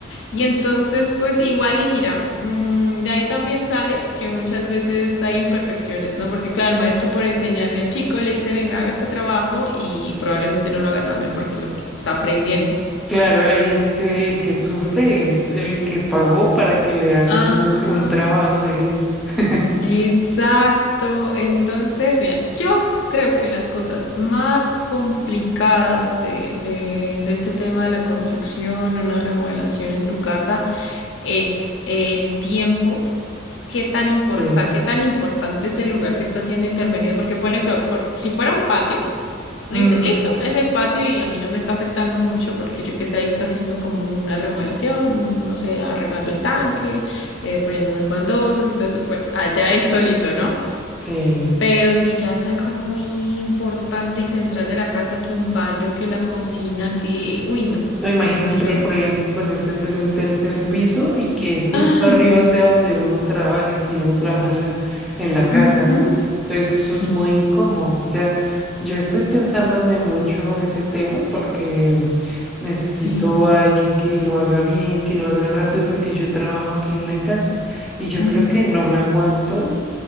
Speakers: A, on the left (about 65°); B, in the centre.
A: Y entonces, pues igual y mira, mm, de ahí también sale que muchas veces hay imperfecciones, ¿no? Porque claro, el maestro por enseñarle al chico le dice, venga, haga este trabajo y probablemente no lo haga tan bien porque lo que está aprendiendo.
B: claro, ahí en que el que sufre es el que pagó para que le hagan
A: Ajá.
B: un, un trabajo de esos. <laughs>
A: Exacto. Entonces, mira, yo creo que las cosas más complicadas de, de- de este tema de la construcción, una remodelación en tu casa, es el tiempo. ¿Qué tan import-
B: Sí.
A: o sea, qué tan importante es el lugar que está siendo intervenido? Porque pone que por- si fuera un patio. Uno
B: Mm,
A: dice, listo, es el patio y a mí no me está afectando mucho porque yo que sé, ahí está haciendo como una remodelación, un- no sé, arreglando el tanque, eh, poniendo unas baldosas y todo eso. Bueno, allá él solito, ¿no?
B: sí.
A: Pero si ya es algo muy importante y central de la casa, que un baño, que la cocina, que... Uy, no,
B: No, imagínate,
A: eso yo.
B: por ejemplo, ponerse a hacer un tercer piso y que justo
A: Ay,
B: arriba
A: no.
B: sea donde uno trabaje, si uno trabaja en la, en la
A: Ujú,
B: casa, ¿no? Entonces
A: Sí,
B: eso es muy incómodo. O sea, yo estoy pensándome mucho ese tema porque necesito
A: sí.
B: a alguien que lo haga bien, que lo haga rápido, porque yo trabajo aquí en la casa y yo
A: ujú.
B: creo que no me aguanto